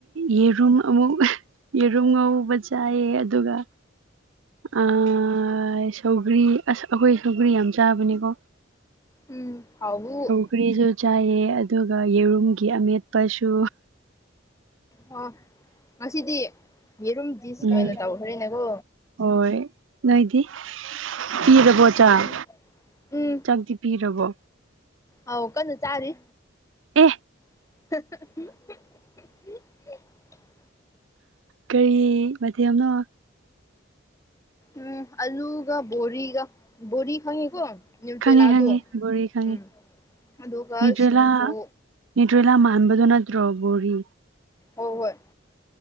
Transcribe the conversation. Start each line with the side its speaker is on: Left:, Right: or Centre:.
Right: ꯌꯦꯔꯨꯝ ꯑꯃꯨꯛ ꯌꯦꯔꯨꯝ ꯉꯧꯕ ꯆꯥꯏꯌꯦ ꯑꯗꯨꯒ ꯑꯥ ꯁꯧꯒ꯭ꯔꯤ ꯑꯁ ꯑꯈꯣꯏ ꯁꯧꯒ꯭ꯔꯤ ꯌꯥꯝ ꯆꯥꯕꯅꯤꯀꯣ
Left: ꯎꯝ ꯍꯥꯎꯋꯤ
Right: ꯄꯨꯔꯤꯁꯨ ꯆꯥꯏꯌꯦ ꯑꯗꯨꯒ ꯌꯦꯔꯨꯝꯒꯤ ꯑꯃꯦꯠꯄꯁꯨ
Left: ꯑꯣ ꯉꯁꯤꯗꯤ ꯌꯦꯔꯨꯝ ꯗꯤꯁ
Right: ꯎꯝ
Left: ꯑꯣꯏꯅ ꯇꯧꯈ꯭ꯔꯦꯅꯦꯀꯣ
Right: ꯍꯣꯏ ꯅꯣꯏꯗꯤ ꯄꯤꯔꯕꯣ ꯆꯥꯏ
Left: ꯎꯝ ꯎꯝ
Right: ꯆꯥꯛꯇꯤ ꯄꯤꯔꯕꯣ
Left: ꯑꯧ ꯀꯟꯅ ꯆꯥꯔꯤ
Right: ꯑꯦ
Left: <unintelligible>
Right: ꯀꯔꯤ ꯃꯊꯦꯜꯅꯣ
Left: ꯎꯝ ꯑꯂꯨꯒ ꯕꯣꯔꯤꯒ ꯕꯣꯔꯤ ꯈꯪꯉꯦꯀꯣ ꯅ꯭ꯌꯨꯇ꯭ꯔꯦꯂꯥꯗꯣ
Right: ꯈꯪꯉꯦ ꯈꯪꯉꯦ ꯕꯣꯔꯤ ꯈꯪꯉꯦ
Left: ꯎꯝ ꯑꯗꯨꯒ
Right: ꯅ꯭ꯌꯨꯇ꯭ꯔꯦꯂꯥ
Left: ꯁꯤꯡꯖꯨ
Right: ꯅ꯭ꯌꯨꯇ꯭ꯔꯦꯂꯥ ꯃꯥꯟꯕꯗꯨ ꯅꯠꯇ꯭ꯔꯣ ꯕꯣꯔꯤ
Left: ꯍꯣ ꯍꯣꯏ